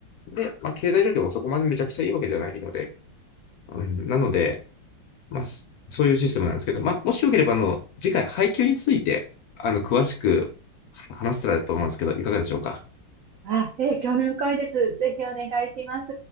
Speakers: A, on the left; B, on the right.
A: で、まあ、経済状況もそこまでめちゃくちゃいいわけじゃないので、うん、なので、まあ、そそういうシステムなんですけど、まあ、もしよければ、あの、次回、配給について、あの、詳しく話せたらと思うんですけど、いかがでしょうか。
B: あ、えー興味深いです。ぜひお願いします。